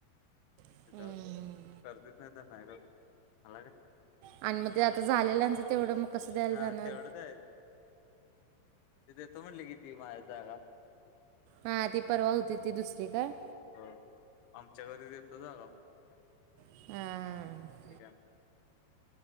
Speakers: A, on the right (about 80°); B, on the left (about 85°).
A: हम्म.
B: च्यावर करतेत नाही तर नाही कर मला काय <unintelligible>
A: आणि मग ज्यांचा झालेल्याच तेवढ मग कसं द्यायला
B: हा
A: जाणार
B: तेवढंचयचं तिथे देतो म्हटली कि ती माझ्या जागा.
A: हा ती परवा होती ती दुसरी
B: हं,
A: काय?
B: हो आमच्या घरीच येत जागा म्हटली
A: हा.
B: ठीक आहे.